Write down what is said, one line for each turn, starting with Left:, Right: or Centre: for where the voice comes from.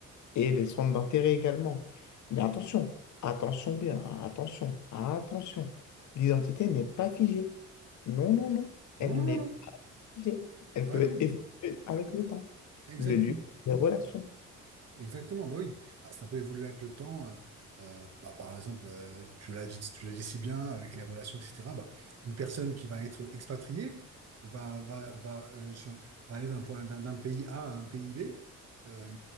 Left: et les centres d'intérêt également. Mais attention, attention bien, attention, attention. L'identité n'est pas figée. Non, non, non, elle
Right: Non,
Left: n'est
Right: non, non.
Left: pas figée. Elle
Right: Ah
Left: peut
Right: non.
Left: évoluer avec le temps,
Right: Exactement.
Left: le lieu, les relations.
Right: Exactement, bah oui. Bah, ça peut évoluer avec le temps. euh, euh, bah, par exemple, euh, tu l'as dit, tu l'as dit si bien avec les relations, etc. Bah, une personne qui va être expatriée va, va, va, euh, ch- va aller d'un point, d'un d'un pays A à un pays B, euh,